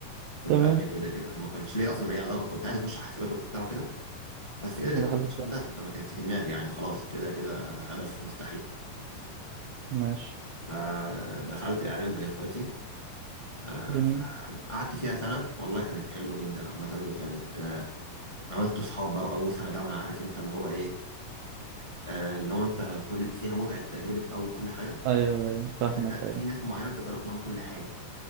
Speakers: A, on the left (about 50°); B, on the right (about 80°).
A: كنت
B: تمام
A: ادبي كده كده ما كانش ليا اصلا اي علاقه كنت عايز اخش حاسبات وبتاع وكده بس كده
B: ما
A: كده ما
B: دخلتش
A: كنتش
B: فيها.
A: هندسه فما كانتش في دماغي يعني خلاص كده كده هدف مستحيل
B: ماشي
A: فدخلت اعلام زي اخواتي آه،
B: جميل
A: فقعدت فيها سنه والله كانت حلوه جدا عامه وكانت آه، عملت صحاب بقى واول سنه جامعه عارف انت اللي هو ايه آه، اللي هو انت كل فيها متعه تجربه اول كل حاجه
B: ايوه ايوه فاهمك
A: عارف انت في
B: ايوه
A: ناس معينه انت جربت معاهم كل حاجه